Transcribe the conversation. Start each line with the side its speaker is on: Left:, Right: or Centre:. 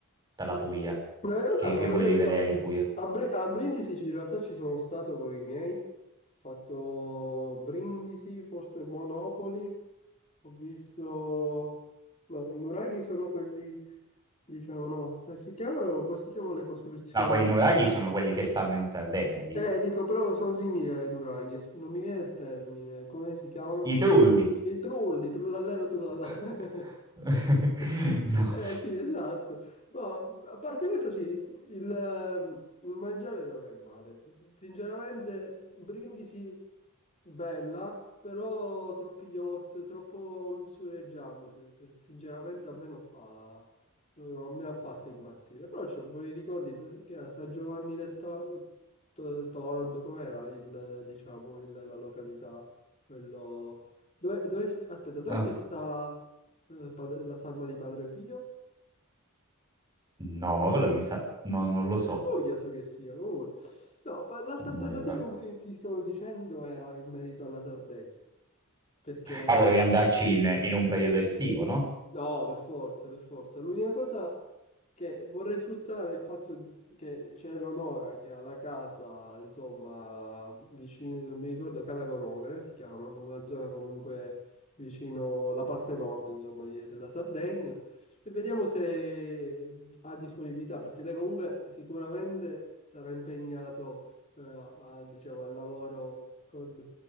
Right: dalla Puglia,
Left: No, in realtà
Right: che, che
Left: no,
Right: volevi
Left: io
Right: vedere
Left: no.
Right: in Puglia?
Left: A, Bri- a Brindisi ci- in realtà ci sono stato con i miei. Ho fatto Brindisi, forse Monopoli. Ho visto... No, i nuraghi sono quelli... Diciamo, no, se si chiamano, come si chiamano le costruzioni?
Right: No, quei nuraghi sono quelli che stanno in Sardegna, dico.
Left: Eh, dico, però sono simili alle nuraghi, non mi viene il termine, come si chiamano?
Right: I trulli.
Left: I trulli, trullallero, trullallà.
Right: <laughs>
Left: <laughs> <laughs>
Right: No.
Left: Eh sì, esatto. No, a parte questo, sì, il, ehm, il mangiare non è male. Sinceramente, Brindisi bella, però troppi yacht, troppo lussureggiante. cioè, se- sinceramente, a me non fa, non mi ha fatto impazzire. Però c'ho buoni ricordi perché era San Giovanni del To- To- Toronto, com'era il, diciamo, il- la località, quello... Dove, dove- aspetta, dove
Right: No.
Left: che sta? eh, padre- la salma di Padre Pio.
Right: No, ma quella mi sa... No, non lo so.
Left: E poi so che sia, comunque. No, pa- l'altra
Right: Non
Left: alternativa
Right: ricordo.
Left: che ti stavo dicendo era in merito alla Sardegna, perché
Right: Ma volevi andarci in, in un periodo estivo, no?
Left: No, per forza, per forza. L'unica cosa che vorrei sfruttare è il fatto che c'è l'Onora che ha la casa, insomma, vicino, non mi ricordo, Calagonone si chiama, come una zona comunque vicino la parte nord, insomma, di- della Sardegna. E vediamo se ha disponibilità, perché lei comunque sicuramente sarà impegnato, eh, al, diciamo, al lavoro con,